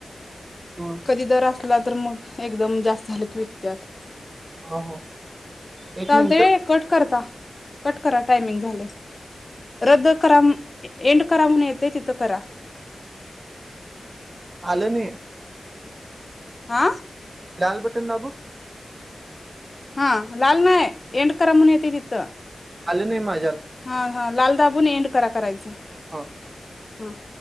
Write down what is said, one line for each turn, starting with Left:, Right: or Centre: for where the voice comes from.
Right: हम्म
Left: कधी दर अस विकला तर मग एकदम जास्त झालं की विकत्यात.
Right: हो हो एक
Left: चालतय
Right: मिनिट
Left: कट कर अता कट करा टायमिंग झालय रद्द करा म एंड करा म्हणू येतय तिथं करा
Right: आलं नई
Left: आ
Right: लाल बटन दाबू
Left: हा लाल नाय एंड करा म्हणून येतय तिथं
Right: आलं नाही मा
Left: हा हा लाल दाबून एंड करा करायचं
Right: हो
Left: हम्